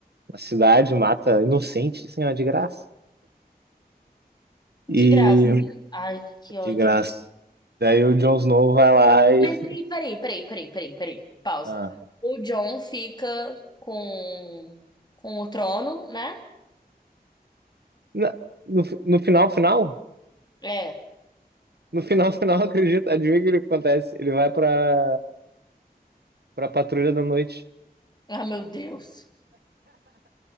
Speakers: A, on the right (about 85°); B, on the left (about 25°).
A: A cidade mata inocente, assim, ó, de graça.
B: de
A: E
B: graça. Ai, que ódio.
A: de graça. Daí o Jon Snow vai lá e.
B: Mas aí, peraí, peraí, peraí, peraí, peraí. Pausa.
A: ah.
B: O John fica com, com o trono, né?
A: Na- no, no final, final.
B: É.
A: No final, <laughs> final, acredita? Adivinha o que ele acontece? Ele vai pra, pra patrulha da noite.
B: Ah, meu Deus.